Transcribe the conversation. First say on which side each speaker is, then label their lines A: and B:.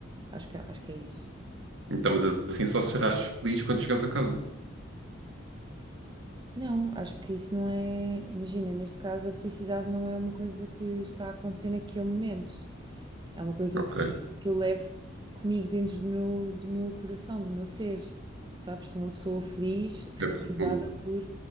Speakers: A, on the right (about 25°); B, on the right (about 70°).
A: Acho que, é, acho que é isso.
B: Então, mas assim só serás feliz quando chegares a casa.
A: Não, acho que isso não é. Imagina, neste caso, a felicidade não é uma coisa que está a acontecer naquele momento. É uma coisa
B: Ok.
A: que, que eu levo comigo dentro do meu, do meu coração, do meu ser. Sabes? Sou uma pessoa feliz,
B: É
A: realizada
B: profundo.
A: por.